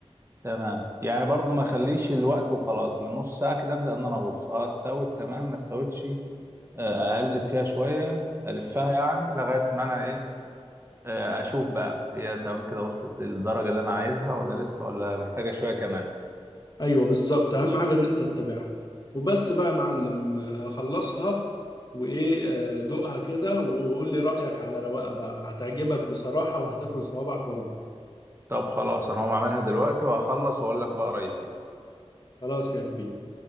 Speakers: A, on the right; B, on the left.
A: تمام يعني برضو ما اخليش الوقت وخلاص من نص ساعه كده ابدا ان انا ابص اه استوت تمام ما استوتش آه، اقلب فيها شويه الفها يعني لغايه ما انا ايه آه، اشوف بقى هي تمام كده وصلت للدرجه اللي انا عايزها ولا لسه ولا محتاجه شويه كمان
B: ايوه بالظبط اهم حاجه ان انت تتابعها وبس بقى يا معلم آه، خلصها وايه آه، دوقها كده وقول لي رايك على رواقه بقى هتعجبك بصراحه وهتاكل صوابعك وراها
A: طب خلاص انا هقوم اعملها دلوقتي وهخلص واقول لك بقى رايي فيها
B: خلاص يا كبير